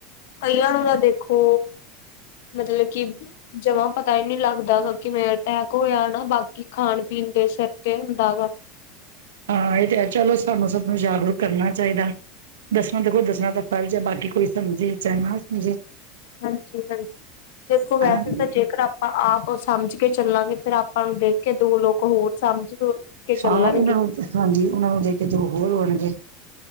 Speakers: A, on the left (about 75°); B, on the right (about 85°).
A: ਕਈਆਂ ਨੂੰ ਦਾ ਦੇਖੋ ਮਤਲਬ ਕਿ ਜਮਾ ਪਤਾ ਹੀ ਨਹੀਂ ਲੱਗਦਾ ਗਾ ਕਿਵੇਂ ਅਟੈਕ ਹੋਇਆ ਨਾ ਬਾਕੀ ਖਾਣ ਪੀਣ ਦੇ ਸਿਰ ਤੇ ਹੁੰਦਾ ਗਾ
B: ਹਾਂ ਇਹ ਤੇ ਚਲੋ ਸਾਨੂੰ ਸਭ ਨੂੰ ਜਾਗਰੂਕ ਕਰਨਾ ਚਾਹੀਦਾ ਦਸਣਾ ਦੇਖੋ ਦੱਸਣਾ ਤਾਂ ਫ ਜਾਂ ਬਾਕੀ ਕੋਈ ਸਮਝੇ ਚ ਨਾ ਸਮਝੇ
A: ਹਾਂਜੀ-ਹਾਂਜੀ ਦੇਖੋ ਵੈਸੇ
B: ਹਾਂਜੀ
A: ਤਾਂ ਜੇਕਰ ਆਪ ਆਪਾਂ ਆਪ ਉਹ ਸਮਝ ਕੇ ਚੱਲਾਂਗੇ ਫੇਿਰ ਆਪਾਂ ਨੂੰ ਦੇਖ ਕੇ ਦੋ ਲੋਕ ਹੋਰ ਸਮਝ ਕੇ ਚੱਲਣਗੇ
B: ਹਾਂ ਉਹਨਾਂ ਨੂੰ ਹਾਂਜੀ ਉਹਨਾਂ ਨੂੰ ਦੇ ਕੇ ਦ ਹੋਰ ਬਣਗੇ